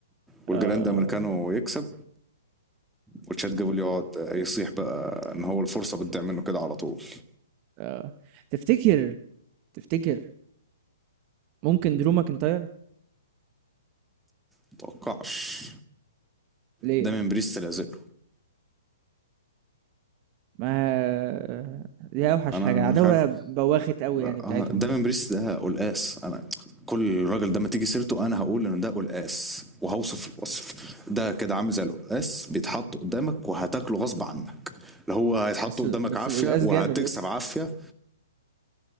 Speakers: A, in the centre; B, on the right.
A: والجراند
B: آه
A: امريكانو يكسب وتشات جيبل يقعد يصيح بقى ان هو الفرصه بتضيع منه كده على طول
B: آه تفتكر تفتكر ممكن درو ماكنتاير
A: متوقعش
B: ليه
A: ده من بريست لازله
B: ما دي اوحش
A: انا
B: حاجه
A: مش
B: عداوه
A: عارف
B: بواخت قوي
A: آه،
B: يعني بتاعتهم
A: ده
B: دي
A: من بريست ده قلقاس انا كل راجل ده ما تيجي سيرته انا هقول ان ده قلقاس وهوصف الوصف ده كده عامل زي القلقاس بيتحط قدامك وهتاكله غصب عنك اللي هو هيتحط
B: بس
A: قدامك
B: بس
A: عافيه
B: القلقاس
A: وهتكسب
B: جامد يا اسطى
A: عافيه